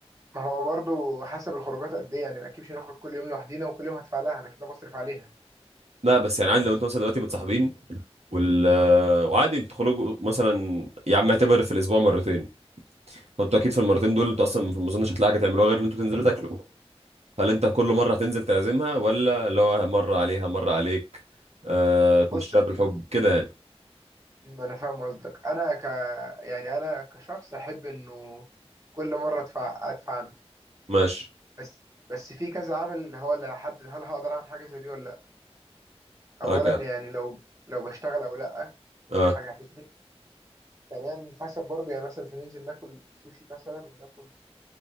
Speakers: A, on the right; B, on the right.
A: ما هو برضو حسب الخروجات قد ايه يعني ما اكيدش نخرج كل يوم لوحدينا وكل يوم هدفع لها انا كده بصرف عليها
B: لا بس يعني عادي لو انتوا مثلا دلوقتي متصاحبين وال آه، وعادي بتخرجوا مثلا يا عم اعتبر في الاسبوع مرتين فانتوا اكيد في المرتين دول انتوا اصلا ما اظنش هتلاقي حاجه تعملوها غير ان انتوا تنزلوا تاكلوا هل انت كل
A: امم
B: مره هتنزل تعزمها ولا اللي هو مره عليها مره عليك آه تمشيها
A: بص
B: بالحب كده يعني
A: ما انا فاهم قصدك انا ك يعني انا كشخص احب انه كل مره ادفع ادفع انا
B: ماشي
A: بس بس في كذا عامل هو اللي هيحدد هل هقدر اعمل حاجه زي دي ولا لا اولا
B: اوكي
A: يعني لو لو بشتغل او لا
B: اه
A: دي حاجه هتفرق ثانيا حسب برضه يعني مثلا مش هننزل ناكل سوشي مثلا وناكل